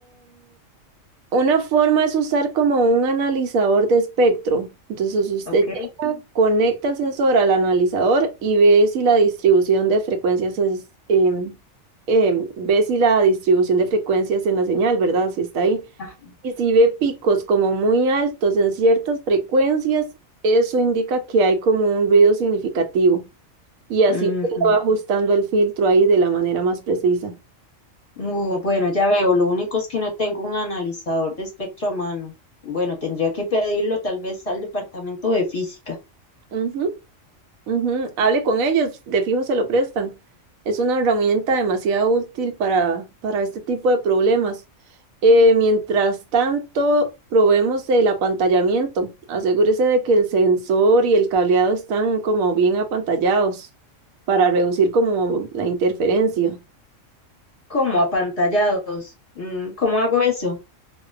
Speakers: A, on the right (about 85°); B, on the left (about 30°).
A: Una forma es usar como un analizador de espectro. Entonces usted
B: ¿Ok?
A: llega, conecta el sensor al analizador y ve si la distribución de frecuencias es, em, em, ve si la distribución de frecuencias en la señal, ¿verdad? Si está ahí.
B: Ajá.
A: Y si ve picos como muy altos en ciertas frecuencias, eso indica que hay como un ruido significativo. Y así
B: Ujú.
A: usted va ajustando el filtro ahí de la manera más precisa.
B: Uh, bueno, ya veo, lo único es que no tengo un analizador de espectro a mano. Bueno, tendría que pedirlo tal vez al departamento de física.
A: Ujú. Ujú, Hable con ellos, de fijo se lo prestan. Es una herramienta demasiado útil para, para este tipo de problemas. Eh, mientras tanto, probemos el apantallamiento. Asegúrese de que el sensor y el cableado están como bien apantallados para reducir como la interferencia.
B: ¿Cómo? Apantallados. Mm, ¿Cómo hago eso?